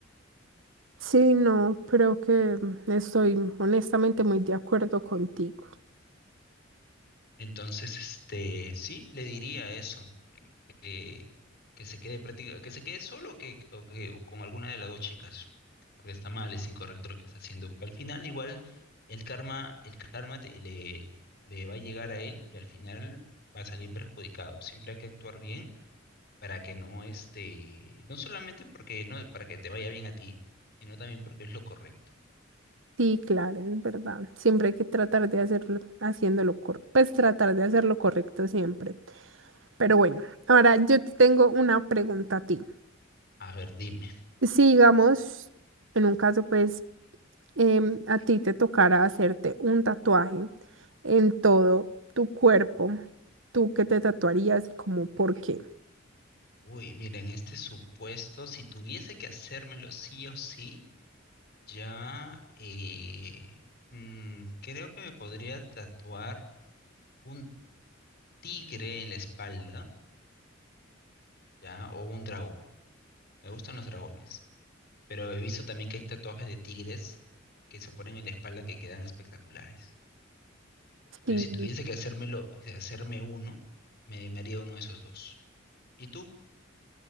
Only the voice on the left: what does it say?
Entonces, este, sí, le diría eso. que, que se quede práctica, que se quede solo o que, o que o con alguna de las dos chicas, porque está mal, es incorrecto lo que está haciendo, porque al final igual el karma, el karma te- le, le va a llegar a él y al final va a salir perjudicado. Siempre hay que actuar bien para que no este, no solamente porque no, para que te vaya bien a ti, sino también porque es lo correcto.
A ver, dime.
Uy, miren, este supuesto, si tuviese que hacérmelo sí o sí, Ya, eh, mm, creo que me podría tatuar un tigre en la espalda, ya, o un dragón. Me gustan los dragones, pero he visto también que hay tatuajes de tigres que se ponen en la espalda que quedan espectaculares. Entonces,
si tuviese que hacérmelo, que hacerme uno, me, me haría uno de esos dos. ¿Y tú?